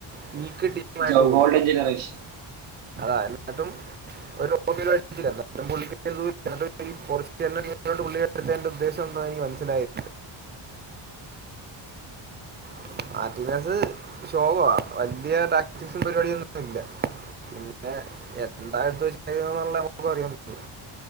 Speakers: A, on the right; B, on the right.
A: <unintelligible> ടീമായിട്ട്
B: ജോ-
A: പോയി
B: ഗോൾഡൻ ജനറേഷൻ
A: അതാ എന്നിട്ടും ഒരു <inaudible> <inaudible> ഉദ്ദേശം എന്റായി മനസ്സിലായില്ല <unintelligible> ശോകവാ വലിയ പ്രാക്ടീസും പരിപാടിയും ഒന്നും ഇല്ല പിന്നെ എന്തായിടുത്ത <unintelligible> നമ്മക് പറയാൻ പറ്റോ